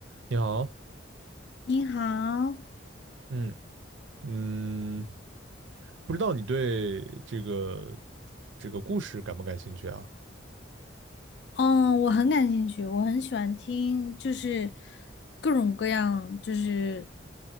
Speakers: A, on the right (about 70°); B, on the left (about 55°).
A: 你好，
B: 你好，
A: 嗯嗯，不知道你对这个这个故事感不感兴趣啊？
B: 哦，我很感兴趣，我很喜欢听，就是各种各样，就是